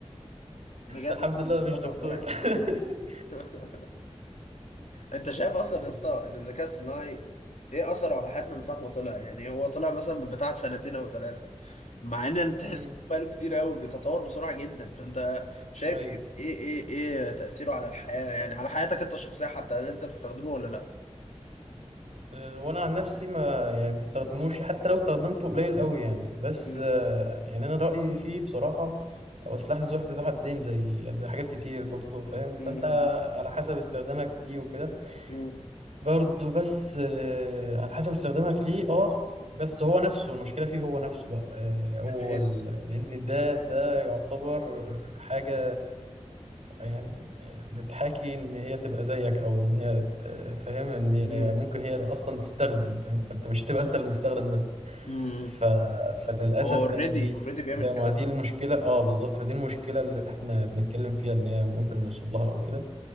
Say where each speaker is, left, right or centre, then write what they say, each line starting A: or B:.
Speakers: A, on the left; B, on the right.
A: بجد
B: الحمد
A: اصلا
B: لله
A: الموضوع
B: مش دكتور
A: بقى مرعب
B: <laughs>
A: <laughs> انت شايف اصلا
B: ال-
A: يا اسطى ان الذكاء الصناعي ايه اثره على حياتنا من ساعه ما طلع يعني هو طلع مثلا من بتاع سنتين او ثلاثه مع ان انت تحس
B: امم
A: انه بقاله كتير قوي بيتطور بسرعه جدا فانت شايف
B: ايوه
A: ايه في- ايه ايه ايه تاثيره على الحياه يعني على حياتك انت الشخصيه حتى هل انت بتستخدمه ولا لا
B: آه، وانا عن نفسي ما يعني ما بستخدموش حتى لو استخدمته قليل قوي يعني بس
A: مم.
B: آه، يعني انا رايي فيه بصراحه هو سلاح ذو ذو حدين زي زي حاجات كتير برضو فاهم فانت
A: مم.
B: على حسب استخدامك ليه وكده
A: مم.
B: برضو بس آه، على حسب استخدامك ليه اه بس هو نفسه المشكله فيه هو نفسه بقى آه، هو
A: من حيث
B: ال... لان ده ده يعتبر حاجه يعني بتحاكي ان هي تبقى زيك او ان هي ت- فاهم ان هي
A: مم.
B: ممكن هي اللي اصلا تستخدم فاهم فانت مش هتبقى انت المستخدم بس
A: امم
B: ف... فللاسف
A: هو اوريدي
B: يعني دي
A: اوريدي بيعمل
B: حاجة-
A: كده
B: ما دي المشكلة اه بالظبط فدي المشكلة اللي احنا بنتكلم فيها ان هي ممكن نوصل لها او كده